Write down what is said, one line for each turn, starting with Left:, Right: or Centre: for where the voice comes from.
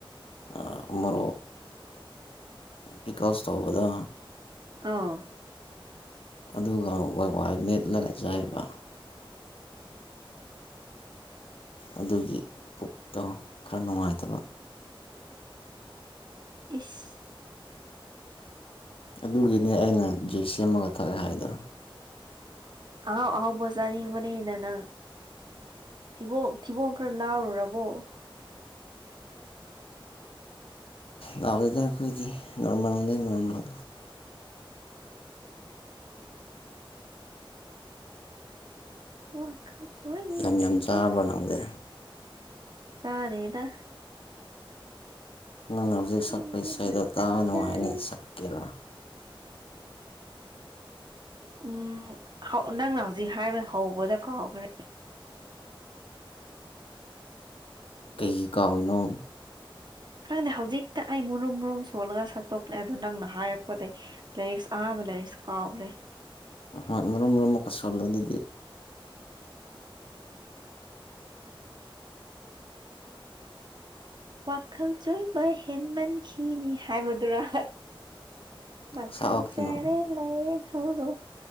Left: ꯑꯥ ꯃꯣꯔꯣꯛ ꯕꯤꯀꯣꯁ ꯇꯧꯕꯗꯣ
Right: ꯑꯣ
Left: ꯑꯗꯨꯒ ꯋꯥꯏ ꯋꯥꯏ ꯃꯦꯠꯂꯒ ꯆꯥꯏꯕ ꯑꯗꯨꯒꯤ ꯄꯨꯛꯇꯣ ꯈꯔ ꯅꯨꯡꯉꯥꯏꯇꯕ
Right: ꯏꯁ
Left: ꯑꯗꯨꯒꯤꯅꯦ ꯑꯩꯅ ꯖꯨꯏ ꯁꯦꯝꯃꯒ ꯊꯛꯑꯦ ꯍꯥꯏꯗꯣ
Right: ꯑꯍꯥꯎ ꯑꯍꯥꯎꯕ ꯆꯥꯅꯤꯡꯕꯅꯤꯅ ꯅꯪ ꯊꯤꯕꯣꯛ ꯊꯏ ꯊꯤꯕꯣꯡ ꯈꯔ ꯂꯥꯎꯔꯨꯔꯕꯣ
Left: ꯂꯥꯑꯣꯗꯦꯗꯥ ꯑꯩꯈꯣꯏꯗꯤ ꯅꯣꯔꯃꯦꯜ ꯅꯦ ꯅꯣꯔꯃꯜ
Right: ꯋꯥ ꯈꯥꯟ ꯆꯣꯏꯔꯦ
Left: ꯌꯥꯝ
Right: ꯇꯦꯟ
Left: ꯌꯥꯝ ꯆꯥꯕ꯭ꯔꯣ ꯅꯪꯗꯤ
Right: ꯆꯥꯗꯦꯗ
Left: ꯅꯪꯅ ꯍꯧꯖꯤꯛ ꯁꯛꯄ
Right: ꯏꯒꯤ
Left: ꯏꯁꯩꯗꯣ
Right: ꯃꯇꯝ
Left: ꯇꯥꯕ ꯅꯨꯡꯉꯥꯏꯅꯦ
Right: ꯆꯥꯔꯦ
Left: ꯁꯛꯀꯦꯔꯥ
Right: ꯎꯝ ꯍꯧ ꯅꯪꯅ ꯍꯧꯖꯤꯛ ꯍꯥꯏꯕ ꯍꯧꯕꯗ ꯀꯥꯎꯈ꯭ꯔꯦ
Left: ꯀꯩꯒꯤ ꯀꯥꯎꯔꯤꯅꯣ
Right: ꯈꯪꯗꯦ ꯍꯧꯖꯤꯛꯇꯥ ꯑꯩ ꯃꯨꯔꯨꯝ ꯃꯨꯔꯨꯝ ꯁꯣꯜꯂꯥꯒ ꯁꯛꯇꯣꯛꯄꯥꯅꯦ ꯑꯗꯨ ꯅꯪꯅꯥ ꯍꯥꯏꯔꯛꯄꯥꯗꯩ ꯂꯥꯏꯔꯤꯛꯁꯨ ꯑꯍꯥꯟꯕ ꯂꯥꯏꯔꯤꯛꯁꯨ ꯀꯥꯎꯈ꯭ꯔꯦ
Left: ꯅꯍꯥꯟ ꯃꯔꯨꯝ ꯃꯔꯨꯝ ꯑꯃꯨꯛꯀꯥ ꯁꯣꯜꯂꯨ ꯑꯗꯨꯗꯤ
Right: ꯋꯥꯈꯜ ꯆꯣꯏꯕꯥ ꯍꯦꯟꯃꯟꯈꯤꯅꯤ ꯍꯥꯏꯕꯗꯨꯔꯥ ꯃꯇꯥꯡ
Left: ꯁꯛꯑꯣ ꯀꯩꯅꯣ
Right: ꯆꯥꯔꯦ ꯂꯥꯌꯦꯡ ꯍꯧꯔꯣ